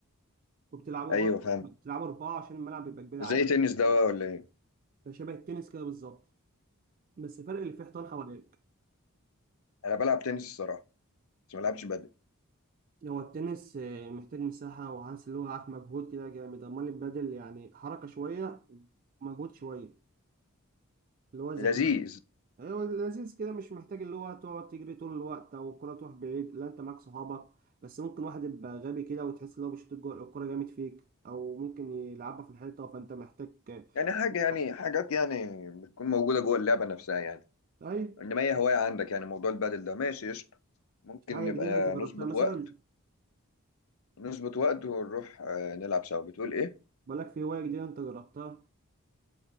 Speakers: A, on the right (about 40°); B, on the left (about 75°).
A: وبتلعبوا
B: ايوه
A: بقى
B: فاهم
A: بتلعبوا اربعه عشان الملعب بيبقى كبير عليه
B: زي تنس ده ولا ايه؟
A: فشبه التنس كده بالظبط بس الفرق اللي فيه حيطان حواليك
B: انا بلعب تنس الصراحة بس ما بلعبش بدل
A: هو التنس آه، محتاج مساحة وعايز اللي هو عارف مجهود كده جامد أمال البادل يعني حركة شوية ومجهود شوية اللي هو ذكاء
B: لذيذ
A: أيوة لذيذ كده مش محتاج اللي هو تقعد تجري طول الوقت أو الكرة تروح بعيد لا أنت معاك صحابك بس ممكن واحد يبقى غبي كده وتحس إن هو بيشوط الجو- الكرة جامد فيك أو ممكن يلعبها في الحيطة فأنت محتاج
B: يعني حاجة يعني
A: آه،
B: حاجات يعني بتكون موجودة جوه اللعبة نفسها يعني
A: أي
B: انما هي هواية عندك يعني موضوع البدل ده ماشي قشطة ممكن
A: حاجة
B: نبقى
A: جديدة أنت جربتها
B: نظبط
A: مثلا
B: وقت نظبط وقت ونروح آه، نلعب سوا بتقول ايه؟
A: بقولك في هواية جديدة أنت جربتها